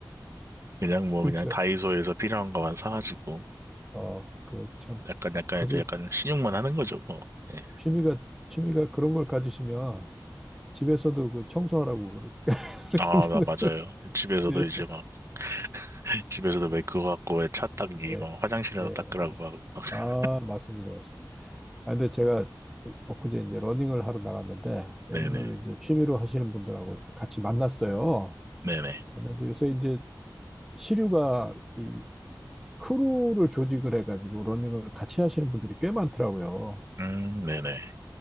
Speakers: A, on the right; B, in the centre.
A: 그냥 뭐
B: 그렇죠.
A: 그냥 다이소에서 필요한 것만 사가지고
B: 어, 그 참
A: 약간 약간
B: 아주
A: 이제 약간 신용만 하는 거죠 뭐. 네.
B: 취미가 취미가 그런 걸 가지시면 집에서도 그 청소하라고 그렇게 <laughs> 그렇게
A: 아,
B: 했는데
A: 나 맞아요. 집에서도
B: 예.
A: 이제 막 <laughs> 집에서도 왜 그거 갖고 왜 차 닦기
B: 예.
A: 막 화장실에다
B: 예.
A: 닦으라고 하고 막 <laughs>
B: 아, 맞습니다. 맞습니다. 아, 근데 제가 엊그제 이제 러닝을 하러 나갔는데 러닝을
A: 네네
B: 이제 취미로 하시는 분들하고 이렇게 같이 만났어요.
A: 네네
B: 근데 요새 이제 시류가 이 크루를 조직을 해가지고 러닝을 같이 하시는 분들이 꽤 많더라고요.
A: 음 네네